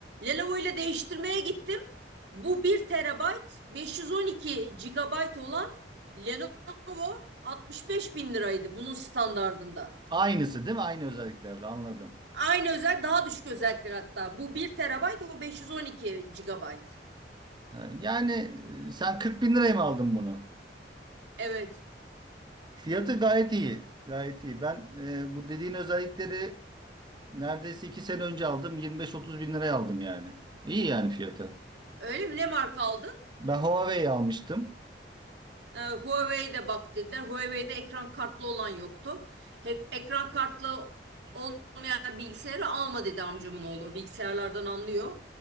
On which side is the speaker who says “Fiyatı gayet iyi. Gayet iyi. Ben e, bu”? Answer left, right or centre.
Right